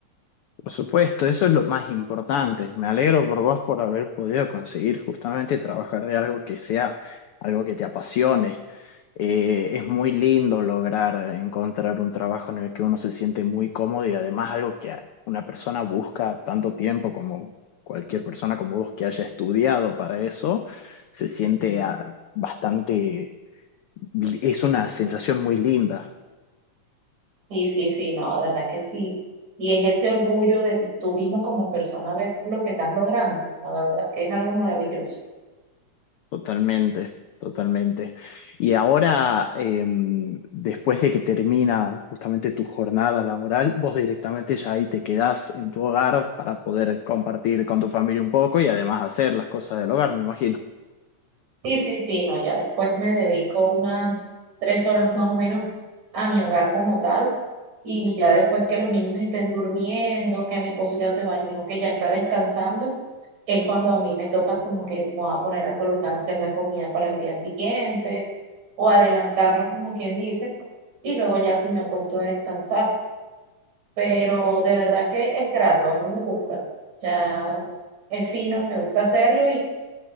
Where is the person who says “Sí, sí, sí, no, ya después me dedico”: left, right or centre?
Right